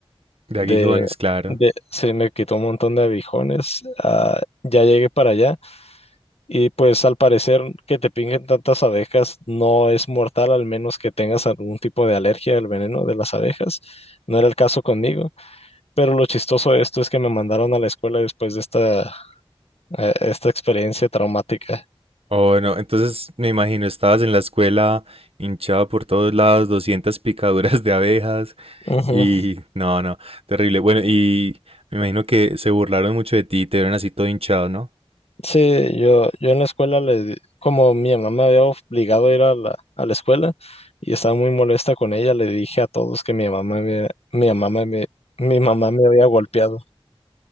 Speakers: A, on the right; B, on the left.
A: De
B: de,
A: aguijones, claro.
B: de- sí, me quitó un montón de abijones. ah, ya llegué para allá y pues al parecer que te pingen tantas abejas no es mortal, al menos que tengas algún tipo de alergia al veneno de las abejas. No era el caso conmigo, pero lo chistoso de esto es que me mandaron a la escuela después de esta, eh, esta experiencia traumática.
A: Oh, no, entonces me imagino, estabas en la escuela hinchado por todos lados, 200 picaduras de abejas
B: Ujú.
A: y no, no, terrible. Bueno, y me imagino que se burlaron mucho de ti, te vieron así todo hinchado, ¿no?
B: Sí, yo, yo en la escuela, le, di- como mi mamá me había obligado a ir a la, a la escuela y estaba muy molesta con ella, le dije a todos que mi mamá me, mi mamá me, me- mi mamá me había golpeado.